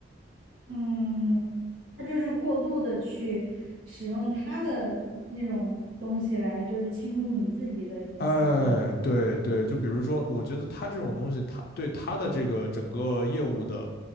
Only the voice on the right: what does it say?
嗯，他就是过度的去使用他的那种东西来，就是侵入你自己的隐私，
是吗